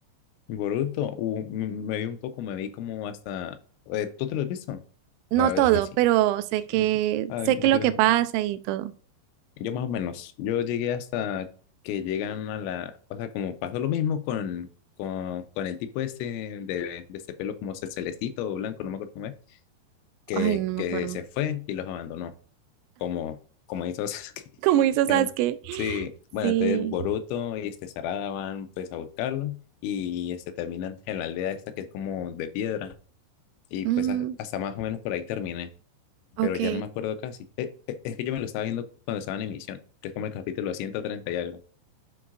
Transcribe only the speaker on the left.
Boruto, uh, m- me vi un poco, me vi como hasta... eh, ¿tú te lo has visto?
Para ver
si sí.
Ujú. Ay,
yo, también.
Yo más o menos. Yo llegué hasta que llegan a la... O sea, como pasó lo mismo con, con, con el tipo este de, de este pelo como ce- celestito o blanco, no me acuerdo cómo es, que,
que
se fue y los abandonó. como, como estos <laughs> que-
en- sí, bueno,
entonces Boruto y este Sarada van pues a buscarlo y este terminan en la aldea esta que es como de piedra y
pues ha- hasta más o menos por ahí terminé,
pero ya no me acuerdo casi. Eh, eh, es que yo me lo estaba viendo cuando estaba en emisión, que es como el capítulo 130 y algo,